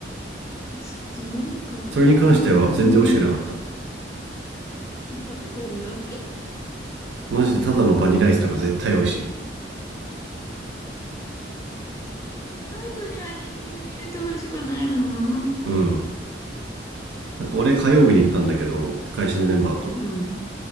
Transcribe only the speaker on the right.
それに関しては全然美味しくなかった。
マジでただのバニラアイスなんか絶対美味しい。
うん。なんか俺火曜日に行ったんだけど、会社のメンバーと。